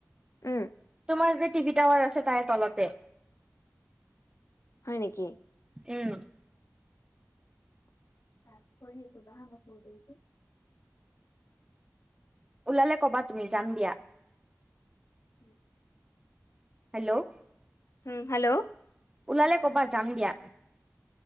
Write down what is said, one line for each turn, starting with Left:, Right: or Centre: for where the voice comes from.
Left: উম,
Right: তোমাৰ যে টিভি টাৱাৰ আছে তাৰে তলতে।
Left: হয় নেকি?
Right: উম,
Left: ত কই হেই গদঢ়া কাপুৰ টো যে।
Right: ওলালে কবা তুমি যাম দিয়া।
Left: উম।
Right: হেল্ল'
Left: উম, হেল্ল'
Right: ওলালে কবা যাম দিয়া।